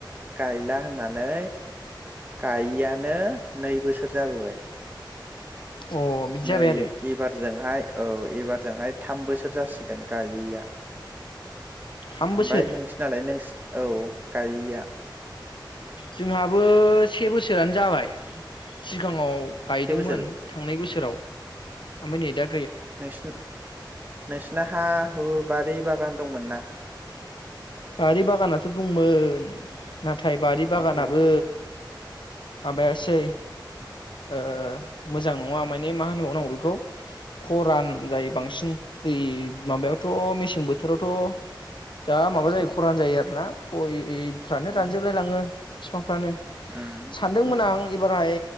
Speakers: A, on the right (about 20°); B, on the left (about 75°).
A: गायला होननानै गायिआनो नै बोसोर जाबोबाय
B: अ बिदि जाबाय
A: नै
B: आरो
A: एबारजोंहाय औ एबारजोंहाय थाम बोसोर जासिगोन गायैया
B: थाम बोसोर
A: ओमफाय नोंसिनालाय नों औ गायिया
B: जोंहाबो से बोसोरानो जाबाय सिगाङाव गायदोंमोन
A: से बोसोर
B: थांनाय बोसोराव आमनिदा
A: नोंसिना नोंसिना हा हु बारि बागान दंमोन ना?
B: बारि बागानाथ दंमोन नाथाय बारि बागानाबो
A: ओमफ्राय
B: माबायासै ओ मोजां नङा माने मा होनोबावनांगौ बेखौ खरान जायो
A: उम
B: बांसिन दै माबायावथ मेसें बोथोरावथ जा माबा खरान
A: उम
B: जायो आरो ना गय इरि फानो
A: उम
B: रानजोबलायलाङो फोरानो
A: उम
B: सानदोंमोन
A: उम
B: आं एबारहाय